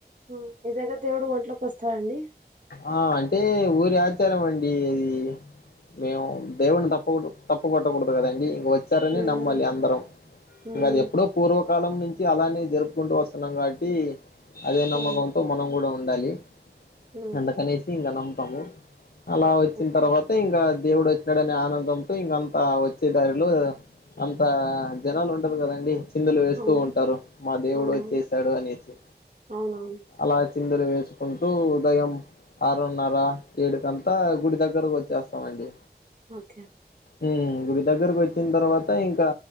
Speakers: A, on the right (about 45°); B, on the left (about 65°).
A: మ్మ్ ఏదొ ఒక దేవుడు ఒంట్లోకి వస్తారాండి
B: ఆ అంటే ఊరి ఆచారం అండి అది మేము దేవున్ని తప్పు తప్పు పట్ట కొడదు కదండి ఇంగా వచ్చారని
A: మ్మ్
B: నమ్మాలి అందరం
A: హ్మ్
B: ఇంకా
A: మ్మ్
B: అది ఎప్పుడో పూర్వ కాలం నుంచి అలానే జరుపుకుంటూ వస్తున్నాం కాబట్టి అదే
A: హ్మ్
B: నమ్మకంతో మనం కూడా ఉండాలి
A: మ్మ్
B: అందుకనేసి ఇంకా నమ్ముతాము అలా వచ్చిన
A: ఓకే
B: తర్వాత ఇంకా దేవుడు వచ్చినాడనే ఆనందంతో ఇంకా అంత వచ్చే దారిలో అంత జనాలు ఉండరు కదండి చిందులు వేస్తూ
A: అవును
B: ఉంటారు మా దేవుడు
A: అవునవును
B: వచ్చేసాడు అనేసి
A: అవునవును
B: అలా చిందులు వేసుకుంటూ ఉదయం ఆరున్నర ఏడుకంతా గుడి దగ్గరకు వచ్చేస్తామండి
A: ఓకే
B: మ్మ్ గుడి దగ్గరకు వచ్చిన తర్వాత ఇంకా